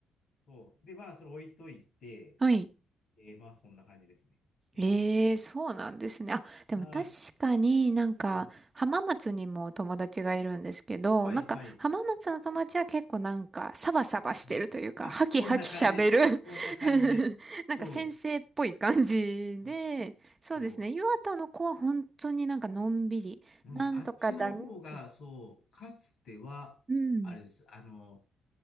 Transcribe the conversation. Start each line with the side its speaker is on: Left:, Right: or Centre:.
Left: そう。で、まあ、それ置いといて、
Right: はい。
Left: えーまあ、そんな感じですね。うん。
Right: ええ、そうなんですね。あ、でも確かになんか浜松にも友達がいるんですけど、
Left: はい。うん。はい、
Right: なんか浜松の友達は結構なんかサバサバしてるというか、
Left: はい。うん。あ、
Right: ハキハキ喋る
Left: そんな感じ。そんな感じ。
Right: <laughs> なんか先生っぽい感じで、
Left: そう。うん
Right: そうですね。
Left: そう
Right: 岩田の子は本当になんかのんびり、
Left: うん、
Right: なんとかだね、
Left: あっちの方が、
Right: みた
Left: そう、かつては、
Right: いな。うん。
Left: あれです。あの、